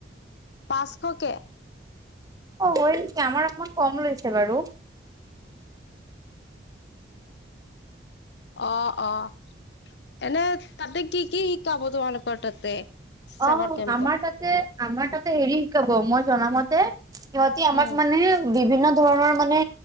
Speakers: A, on the left; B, on the right.
A: পাঁচশকে।
B: অ', হয় নিকি আমাৰ অকমান কম লৈছে বাৰু।
A: অ', অ', এনে তাতে কি কি শিকাব তোমালোকৰ তাতে? চামাৰ
B: অ',
A: কেম্পত
B: আমাৰ তাতে আমাৰ তাতে হেৰি শিকাব মই জনামতে তে সিহঁতি আমাক
A: উম
B: মানে বিভিন্ন ধৰণৰ মানে